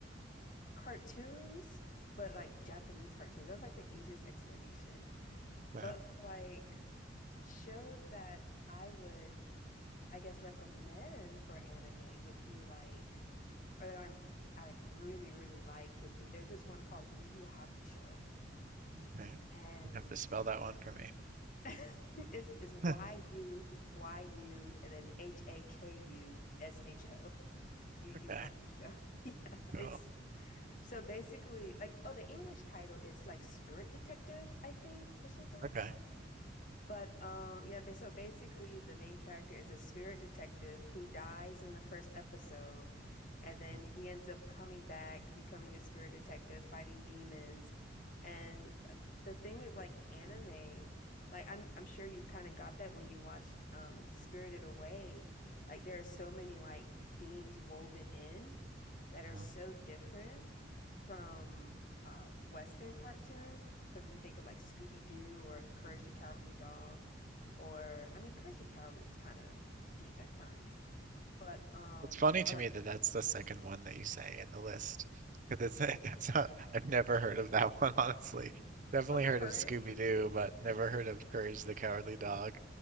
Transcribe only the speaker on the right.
Okay.
Okay.
You have to spell that one for me.
<laughs>
Okay.
Cool.
Okay.
Mhm.
Yeah.
Mhm.
It's funny to
me that that's the second one that you say in the list, because it's <laughs> that's not, I've never heard of that <laughs> one, honestly. Definitely
heard of Scooby-Doo, but never heard of Courage the Cowardly Dog.